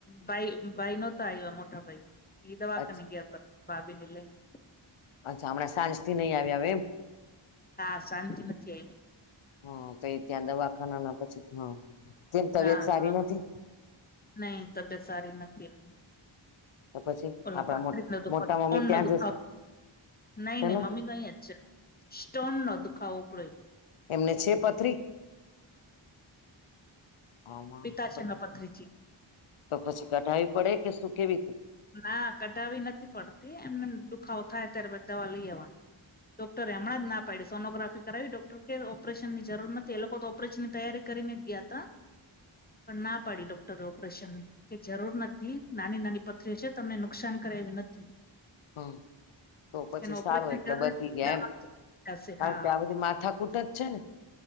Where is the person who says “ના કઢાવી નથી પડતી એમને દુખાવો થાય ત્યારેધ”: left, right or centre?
Left